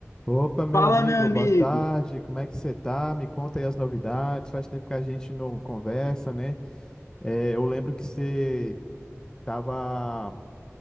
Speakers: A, on the left; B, on the left.
A: Opa, meu
B: Fala,
A: amigo,
B: meu amigo.
A: boa tarde. Como é que você tá? Me conta aí as novidades. Faz tempo que a gente não conversa, né? É, eu lembro que você tava